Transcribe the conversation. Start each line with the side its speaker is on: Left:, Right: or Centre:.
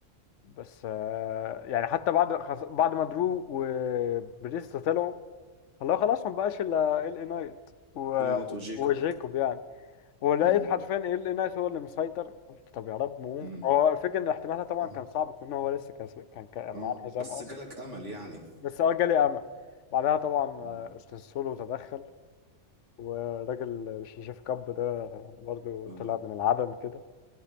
Left: بس آه، يعني حتى بعد خس- بعد ما درو وبريست طلعوا فاللي هو خلاص ما بقاش الا ال اي نايت و...
Right: الينات وجيكوب
Left: وجيكوب يعني ولقيت
Right: امم
Left: حرفيا ايه اللي ناس هو اللي مسيطر قلت طب يا رب ممكن
Right: امم
Left: هو الفكره ان احتمالها طبعا
Right: اه
Left: كان صعب كون هو لسه كان كان كان
Right: اه
Left: معاه الحزام
Right: بس
Left: اصلا
Right: جالك امل يعني
Left: بس اه جالي امل بعدها طبعا
Right: مم.
Left: آه، استاذ سولو تدخل والراجل الشيشيف كاب ده برضه
Right: اه
Left: طلع من العدم كده